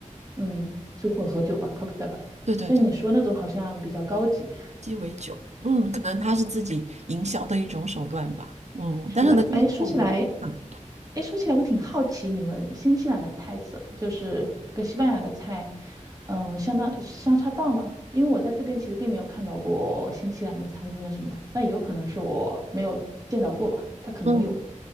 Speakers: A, on the right; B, on the right.
A: 嗯，就混合酒吧，cocktail 吧。
B: 对对对，
A: 像你说那种好像比较高级。
B: 鸡尾酒，嗯，可能它是自己营销的一种手段吧，嗯，
A: 是啊，
B: 但是呢，就是对我的影响。
A: 哎，说起来，哎，说起来我挺好奇，你们新西兰的菜色就是跟西班牙的菜，嗯，相当相差大吗？因为我在这边其实并没有看到过新西兰的餐厅啊什么，但也有可能是我没有见到过吧。它可能有
B: 嗯